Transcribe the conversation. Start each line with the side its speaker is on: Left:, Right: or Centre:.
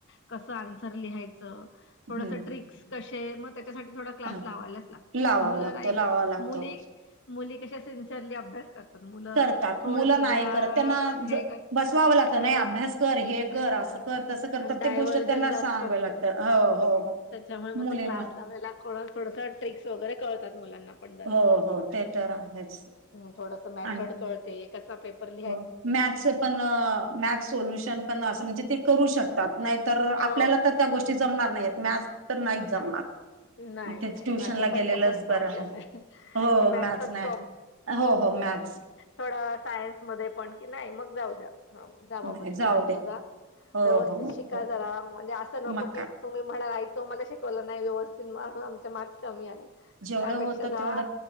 Left: कसं आंसर लिहायचं थोडंसं
Right: हम्म
Left: ट्रिक्स कसे मग थोडसं क्लास
Right: हा
Left: लावायलाच लागतात
Right: लावावा
Left: मुलं
Right: लागतो
Left: नाही
Right: लावावा
Left: करत
Right: लागतो
Left: मुली मुली कशा सिनसिअरली अभ्यास करतात मुलं
Right: करतात
Left: थोडस
Right: मुलं नाही
Left: जरा
Right: करत त्यांना
Left: हे
Right: ज
Left: कर
Right: बसवावं लागतं
Left: डव
Right: नाही अभ्यास कर हे कर
Left: हा
Right: असं कर तसं कर प्रत्येक
Left: डायव्हर्जन
Right: गोष्ट त्यांना
Left: जास्त
Right: सांगाव
Left: असत
Right: लागतं
Left: मग
Right: हो हो हो,
Left: त्याच्यामुळे मग
Right: मुलींना
Left: ते क्लास लावायला थोडस ट्रिक्स वगैरे कळतात मुलांना पण जरा
Right: हो हो ते तरर आहेच
Left: हम्म, थोडस मेथड
Right: आणि
Left: कळते कसा पेपर लिहितो
Right: हो मॅथस पण मॅथ सोल्युशन पण असं म्हणजे ते करू शकतात नाहीतर आपल्याला
Left: हो
Right: तर त्या गोष्टी जमणार नाही मॅथ्स तर नाही
Left: नाही
Right: जमणार
Left: नाही
Right: मग तेच
Left: नाही
Right: ट्युशनला
Left: माझ पण
Right: गेलेलंच
Left: तसाच
Right: बरं
Left: प्रॉब्लेम आहे
Right: हो
Left: की मॅथ्स त
Right: नाही हो हो मॅथ्स
Left: थोडं सायन्स मध्ये पण कि नाही मग जाऊ द्या ह जाव
Right: नाही
Left: मग तू
Right: जाऊ
Left: क्लासला
Right: दे
Left: जा
Right: हो
Left: व्यवस्थित
Right: हो
Left: शिका
Right: हो
Left: जरा म्हणजे असं नको
Right: मग
Left: की
Right: काय
Left: तुम्ही म्हणाय तो मला शिकवला नाही व्यवस्थित म्हणून आमच्या मार्क्स कमी आलं
Right: जेवढं
Left: त्यापेक्षा
Right: होतं
Left: झा
Right: तेवढं